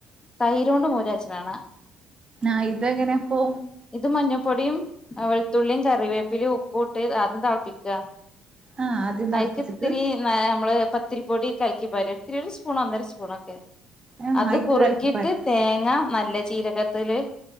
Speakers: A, on the left (about 25°); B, on the right (about 30°).
A: തൈരോണ്ടും മോരാച്ചിലാണ്
B: ആ ഇതെങ്ങനെയാ അപ്പൊ
A: ഇത് മഞ്ഞൾപ്പൊടിയും വെളുത്തുള്ളിയും കറിവേപ്പിലയും ഉപ്പ ഇട്ട് ആദ്യം തിളപ്പിക്കുക
B: ആഹ് ആദ്യം തെളപ്പിച്ചിട്ട്
A: അയിക്ക്ത്തിരി നമ്മള് പത്തിരിപൊടി കൽക്കി ബരും <unintelligible> സ്പൂൺ ഒന്നര സ്പൂൺ ഒക്കെ
B: ആഹ്
A: അത്
B: അയ്ക്ക്
A: കുറുകീട്ട്
B: കലക്കിപ്പാരും
A: തേങ്ങ നല്ല ചീരകത്തില്